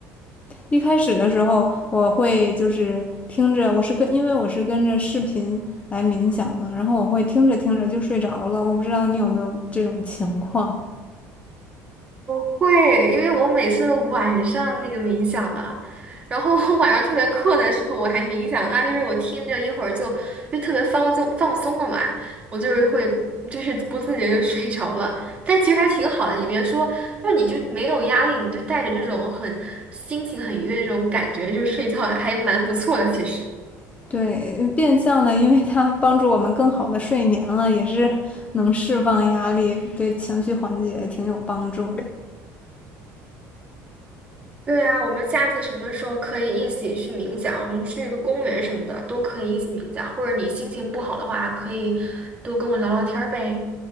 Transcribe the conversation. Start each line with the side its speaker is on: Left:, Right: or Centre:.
Left: 一开始的时候，我会就是听着，我是跟，因为我是跟着视频来冥想嘛，然后我会听着听着就睡着了。我不知道你有没有这种情况？
Right: 我会，因为我每次晚上那个冥想的，然后我晚上特别困的时候，我还冥想，那就是我听着一会儿就，因为特别放松放松了嘛，我就是会就是不自觉就睡着了。但其实还挺好的，你别说，就是你就没有压力，你就带着这种很心情很愉悦的这种感觉就睡觉，还蛮不错的，其实。
Left: 对，呃变相的，因为它帮助我们更好的睡眠了，也是能释放压力，对情绪缓解挺有帮助的。
Right: 对呀，我们下次什么时候可以一起去冥想？我们去一个公园什么的都可以一起冥想，或者你心情不好的话，可以多跟我聊聊天儿呗。